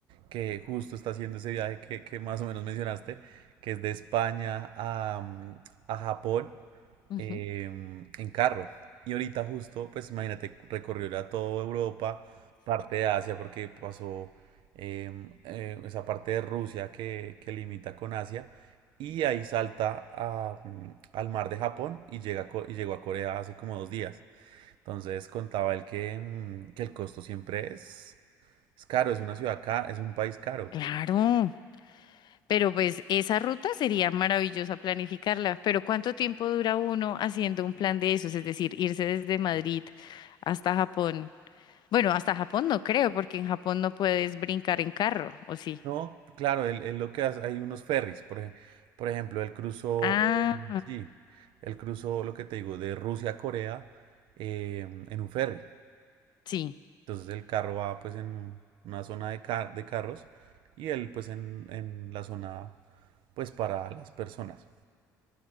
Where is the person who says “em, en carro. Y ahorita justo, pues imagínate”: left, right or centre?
Right